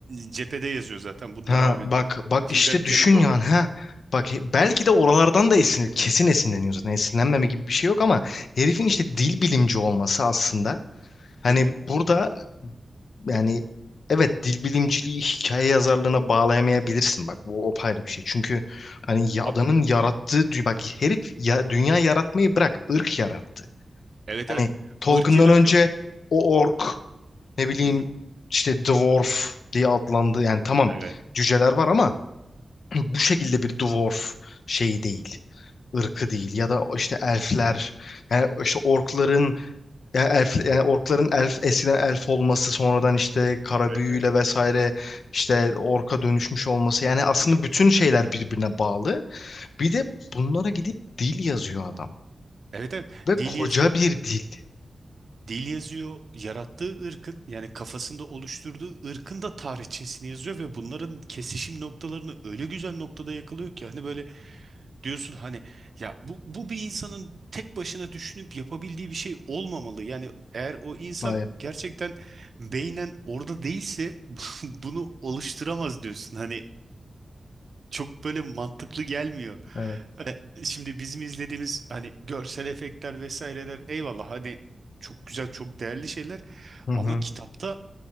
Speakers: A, on the right; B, on the left.
A: cephede yazıyor zaten bunları
B: Ha
A: abi.
B: bak bak
A: İçin
B: işte
A: garip
B: düşün
A: yanı da o.
B: yani ha. Bak belki de oralardan da esinlenir. Kesin esinleniyor zaten. Esinlenmeme gibi bir şey yok ama herifin işte dil bilimci olması aslında Hani
A: Hı hı.
B: burada yani evet dil bilimciliği hikaye yazarlığına bağlayamayabilirsin bak bu o ayrı bir şey. Çünkü hani ya-
A: Abi
B: adamın yarattığı dü- bak herif ya, dünya yaratmayı bırak ırk yarattı.
A: evet
B: Hani
A: evet.
B: Tolkien'dan
A: Irk yaratıyor.
B: önce o ork ne bileyim
A: Hı hı.
B: işte dwarf diye adlandı yani tamam
A: Evet.
B: cüceler var ama <clears throat> bu şekilde bir dwarf şeyi değil ırkı değil ya da işte elfler yani işte orkların yani elf, yani orkların elf eskiden elf olması sonradan işte kara
A: Evet
B: büyüyle
A: evet. evet.
B: vesaire işte orka dönüşmüş olması yani aslında
A: Yani
B: bütün şeyler birbirine bağlı. Bir de bunlara gidip dil yazıyor adam
A: evet evet.
B: ve
A: Dil
B: koca
A: yazıyor.
B: bir dil.
A: dil yazıyor, yarattığı ırkın yani kafasında oluşturduğu ırkın da tarihçesini yazıyor ve bunların kesişim noktalarını öyle güzel noktada yakalıyor ki hani böyle diyorsun hani ya bu, bu bir insanın tek başına düşünüp yapabildiği bir şey olmamalı. Yani eğer o insan
B: Hayır,
A: gerçekten beynen orada değilse <laughs> bunu oluşturamaz diyorsun. Hani çok böyle mantıklı gelmiyor.
B: evet.
A: E, şimdi bizim izlediğimiz hani görsel efektler vesaireler eyvallah hani çok güzel çok değerli şeyler
B: Hı hı.
A: ama kitapta